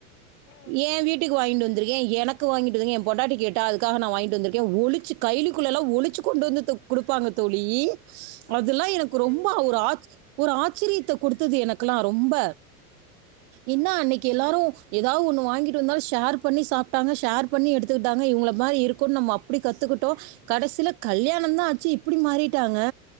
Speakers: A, on the left; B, on the right.
A: ம்
B: ஏ வீட்டுக்கு வாங்கிட்டு வந்துரு ஏ எனக்கு வாங்கிட்டு ஏ பொண்டாட்டி கேட்டா அதுக்காக நா வாங்கிட்டு வந்துருக்கே ஒழுச்சு கயிலிக்குள்ளல்லா ஒழிச்சு கொண்டு வந்து குடுப்பாங்க தோழி
A: ஐயோப்பா
B: அதெல்லா எனக்கு ரொம்ப
A: எப்டி
B: ஒரு ஆச் ஒரு ஆச்சரியத்த கொடுத்தது எனக்கெல்லா ரொம்ப ஏன்னா
A: ஆமா
B: அன்னைக் கு எல்லாரு ஏதாவது ஒன்னு வாங்கிட்டு வந்தாலு ஷேர் பண்ணி சாப்டாங்க சேர் பண்ணி எடுத்துக்கிட்டாங்க இவுங்கள மாரி நம்ம இருக்கனு நம்ம அப் அப்டி கத்துக்கிட்டோ கடைசியில கல்யானோ தா ஆச்சு இப்டி மாறிட்டாங்க